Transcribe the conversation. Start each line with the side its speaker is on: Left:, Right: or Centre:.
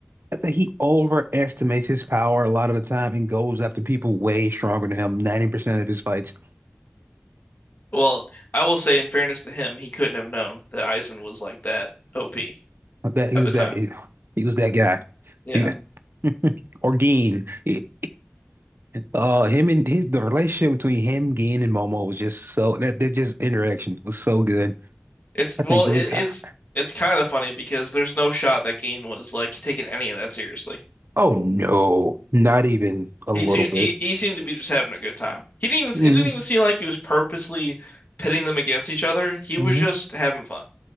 Right: I think he overestimates his power a lot of the time and goes after people way stronger than him. Ninety percent of his fights,
Left: Well, I will say, in fairness to him, he couldn't have known that Aizen was like that OP
Right: that he
Left: at
Right: was
Left: the time.
Right: that he, he was that guy.
Left: Yeah.
Right: He, <laughs> or Geen. He- uh, him and his the relationship between him, Geen, and Momo was just so that that just interaction was so good.
Left: It's
Right: I
Left: well,
Right: think it
Left: it,
Right: was.
Left: it's
Right: ah,
Left: it's kind of funny because there's no shot that Gain was like taking any of that seriously.
Right: Oh no, not even a little
Left: He seemed
Right: bit.
Left: he, he seemed to be just having a good time. He didn't even
Right: hmm
Left: it didn't even seem like he was purposely pitting them against each other. He
Right: hmm
Left: was just having fun